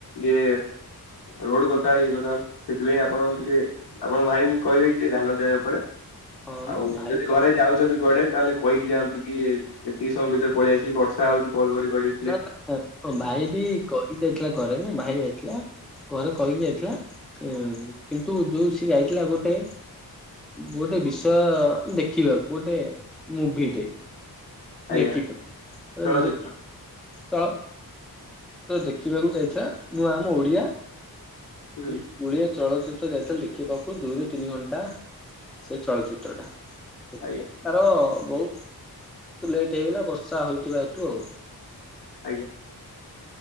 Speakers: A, on the left; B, in the centre.
A: ଏ ରୋଡ଼ କଥା ଇଏ କଥା ସେଥିପାଇଁ ଆପଣ ଟିକେ ଆପଣଙ୍କ ଭାଇଙ୍କୁ କହିବେ କି ଟିକେ ଧାନ ଦେବା ଉପର।
B: ହଁ
A: ଆଉ
B: ମୋ ଭାଇ
A: ଯଦି
B: ତ
A: ଘରେ ଯାଉଛନ୍ତି କୁଆଡେ ତାହେଲେ କହିକି ଯାଆନ୍ତୁ କି ଏତିକି ସମୟ ଭିତରେ ପଳେଇଆସିବି ବର୍ଷା ହଉଛି କଲ କରି କରିି
B: ନା <unintelligible> ଭାଇ ବି କହିି ଯାଇଥିଲା ଘରେ ନା ଭାଇ ଯାଇଥିଲା। ଘରେ କହିକି ଯାଇଥିଲା ଉଁ କିନ୍ତୁ ଯୋଉ ସି ଯାଇଥିଲା ଗୋଟେ ଗୋଟେ ବିଷୟ ଦେଖିବାକୁ ଗୋଟେ ମୁଭି ଟେ।
A: ଆଜ୍ଞା
B: ଦେଖ
A: ଚଳଚିତ୍ର
B: ନ <unintelligible> ତ ଦେଖିବାକୁ ଯାଇଥିଲା ନୂଆ ଆମ ଓଡିଆ
A: ହୁଁ
B: <inaudible> ଓଡ଼ିଆ ଚଳଚିତ୍ର ଯାଇଥିଲ ଦେଖିବାକୁ ଦୁଇରୁ ତିନି ଘଣ୍ଟା। ସେ ଚଳଚିତ୍ର ଟା ଦେଖୁଥିଲି।
A: ଆଜ୍ଞା
B: ତାର ବହୁତୁ ଲେଟ୍ ହେଇଗଲା ବର୍ଷା ହୋଇଥିବା ହେତୁ ଆଉ।
A: ଆଜ୍ଞା।